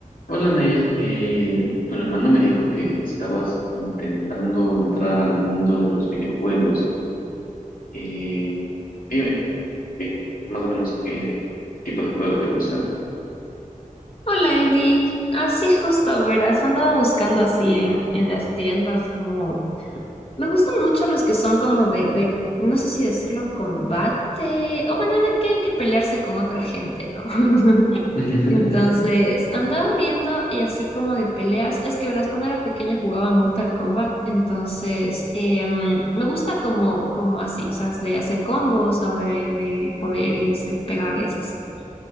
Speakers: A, on the left; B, on the left.
A: Hola Nair, eh, tu hermano me dijo que estabas intentando entrar al mundo de los videojuegos. Eh, dime, di- más o menos qué tipo de juego te gusta.
B: Hola Eddie, así justo, verás, andaba buscando así en, en las tiendas como... Me gustan mucho los que son como de, de, no sé si decirlo, combate, o bueno, de que hay que pelearse con otra gente, ¿no? <laughs>
A: <laughs>
B: Entonces, andaba viendo y así como de peleas, es que verás, cuando era pequeña jugaba Mortal Kombat, entonces em, me gusta como, como así, o sea, de hacer combos o de, de poderes, de pegarles así.